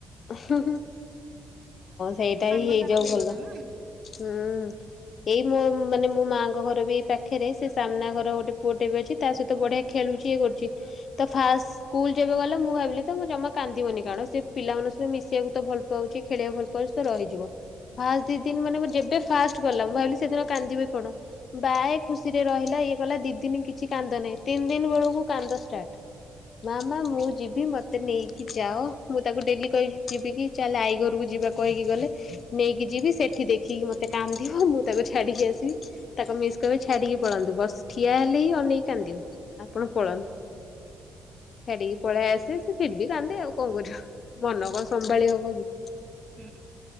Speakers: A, on the left; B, on the right.
A: ହଁ ସେଇଟା
B: ସାଙ୍ଗସାଥି
A: ହିଁ ହେଇଯାଉ
B: ହେଇଗଲା
A: ଭଲ।
B: ନା
A: ହୁଁ ଏଇ ମୋ ମାନେ ମୋ ମାଆଙ୍କ ଘର ବି ଏଇ ପାଖରେ ସେ ସାମ୍ନା ଘର ଗୋଟେ ପୁଅଟେ ବି ଅଛି ତା ସହିତ ବଢିଆ ଖେଳୁଛି ଇଏ କରୁଛି ତ ଫାଷ୍ଟ ସ୍କୁଲ ଯବେ ଗଲେ ମୁଁ ଭାବିଲି ତ ମୁଁ ଜମା କାନ୍ଦିବନି କାରଣ ସେ ପିଲାମାନଙ୍କ ସହିତ ମିଶିବାକୁ ତ ଭଲ ପାଉଛି ଖେଳିବାକୁ ଭଲ ପାଉଛି ତ ରହିଯିବ ଫାଷ୍ଟି ସେ ଦିନ ମାନେ ଯେବେ ଫାଷ୍ଟ ଗଲା ମୁଁ ଭାବିଲି ସେଦିନ କାନ୍ଦିବି କଣ। ବା ଖୁସି ରହିଲା ଇଏ କଲା ଦି ଦିନ କିଛି କାନ୍ଦ ନାହିଁ ତିନି ଦିନ ବେଳକୁ କାନ୍ଦ ଷ୍ଟାର୍ଟ ମା ମା ମୁଁ ଯିବି ମତେ ନେଇକି ଯାଅ ମୁଁ ତାକୁ ଡେଲି କହିି ଯିବି କି ଚାଲେ ଆଇ ଘରକୁ ଯିବା କହିକି ଗଲେ ନେଇକି ଯିବି। ସେଠି ଦେଖିକି ମତେ କାନ୍ଦିିବ ମୁଁ ତାକୁ ଛାଡିକି ଆସିବି ତାକୁ ମିସ୍ କିବେ ଛାଡିକି ପଳାନ୍ତୁ ବସ ଠିଆ ହେଲେ ହି ଅନେଇକି କାନ୍ଦିବ ଆପଣ ପଳାନ୍ତୁ ଛାଡିକି ପଳେଇ ଆସେ ଫର ବି କାନ୍ଦେ ଆଉ କଣ କରିବ ମନ କଣ ସମ୍ଭାଳି ହବ କି।
B: ହୁଁ